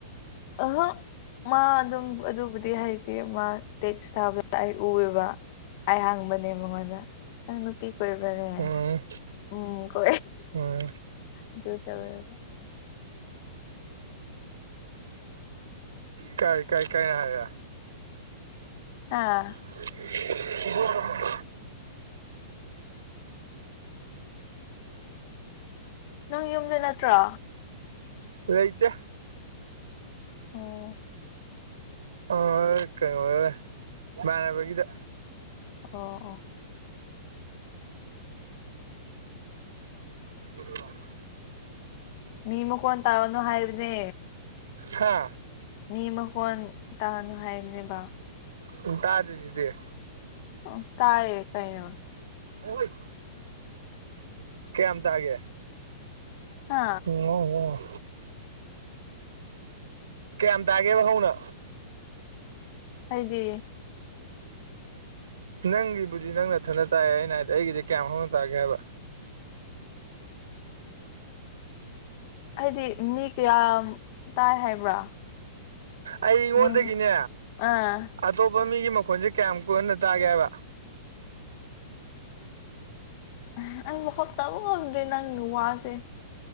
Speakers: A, on the left; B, on the right.
A: ꯑꯍꯥ ꯃꯥ ꯑꯗꯨꯝ ꯑꯗꯨꯕꯨꯗꯤ ꯍꯥꯏꯇꯦ ꯃꯥ ꯇꯦꯛꯁ ꯊꯥꯕꯗ ꯑꯩ ꯎꯌꯦꯕ ꯑꯩ ꯍꯡꯕꯅꯦ ꯃꯉꯣꯟꯗ ꯅꯨꯄꯤ ꯀꯅꯦ
B: ꯎꯝ
A: ꯎꯝ ꯀ
B: ꯎꯝ
A: ꯑꯗꯨ ꯇꯕꯕ
B: ꯀꯥꯏ ꯀꯥꯏ ꯀꯥꯏꯅ ꯍꯥꯏꯔꯦ
A: ꯑꯥ
B: <unintelligible>
A: ꯅꯪ ꯌꯨꯝꯗ ꯅꯠꯇ꯭ꯔꯣ
B: ꯥꯂꯩꯇꯦ
A: ꯎꯝ
B: ꯑꯣ ꯀꯩꯅꯣ ꯏꯃꯅꯕꯒꯤꯗ
A: ꯑꯣ ꯑꯣ
B: <unintelligible>
A: ꯃꯤ ꯃꯀꯣꯟ ꯇꯥꯒꯅꯨ ꯍꯥꯏꯕꯅꯦ
B: ꯍꯥ
A: ꯃꯤ ꯃꯈꯣꯟ ꯇꯥꯅꯨ ꯍꯥꯏꯕꯅꯦꯕ
B: ꯎꯝ ꯇꯥꯗ꯭ꯔꯤꯖꯤꯗꯤ
A: ꯑ ꯇꯥꯏꯌꯦ ꯀꯩꯅꯣ
B: ꯎꯣꯏ ꯀꯌꯥꯝ ꯇꯥꯒꯦ
A: ꯍꯥ
B: ꯑꯣ ꯑꯣ ꯀꯌꯥꯝ ꯇꯥꯒꯦꯕ ꯍꯧꯅ
A: ꯑꯩꯗꯤ
B: ꯅꯪꯒꯤꯕꯨꯗꯤ ꯅꯪ ꯅꯊꯟꯅ ꯇꯥꯏꯑꯦ ꯑꯩꯅ ꯍꯥꯏꯗꯤ ꯑꯩꯒꯤꯗꯤ ꯀꯌꯥꯝ ꯍꯧꯥꯎꯅ ꯇꯥꯒꯦ ꯍꯥꯏꯕ
A: ꯍꯥꯏꯗꯤ ꯃꯤ ꯀꯌꯥꯝ ꯇꯥꯏ ꯍꯥꯏꯕ꯭ꯔꯥ
B: ꯑꯩ ꯑꯩꯉꯣꯟꯗꯒꯤꯅꯦ
A: ꯅꯪ ꯑꯥ
B: ꯑꯇꯣꯞꯄ ꯃꯤꯒꯤ ꯃꯈꯣꯟꯁꯦ ꯀꯌꯥꯝ ꯀꯨꯟꯅ ꯇꯥꯒꯦ ꯍꯥꯏꯕ
A: ꯑ ꯑꯩ <unintelligible> ꯉꯝꯗ꯭ꯔꯦ ꯅꯪꯒꯤ ꯋꯥꯖꯦ